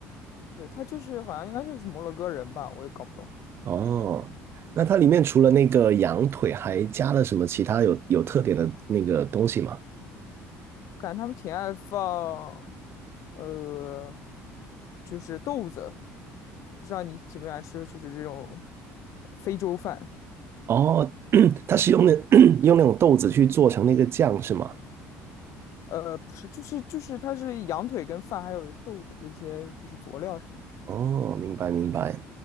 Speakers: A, on the left; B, on the right.
A: 对，他就是好像应该就是摩洛哥人吧，我也搞不懂，
B: 哦，那它里面除了那个羊腿，还加了什么其他有有特点的那个东西吗？
A: 感觉他们挺爱放，呃，就是豆子，不知道你喜不喜欢吃，就是这种非洲饭，
B: 哦，<clears throat> 它是用那 <clears throat> 用那种豆子去做成那个酱是吗？
A: 呃，不是，就是就是它是羊腿跟饭还有豆子这些就是佐料什么的，
B: 哦，明白明白。